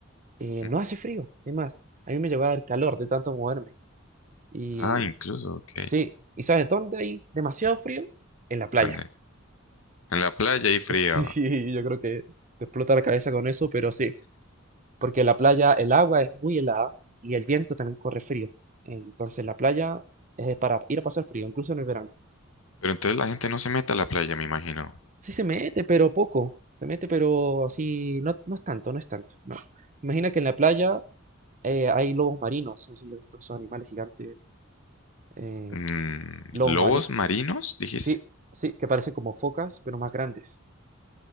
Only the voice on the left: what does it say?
Ujú.
Ah, incluso, ok.
¿Dónde?
En la playa hay frío.
Pero entonces la gente no se mete a la playa, me imagino.
Mm,
¿lobos
marinos, dijiste?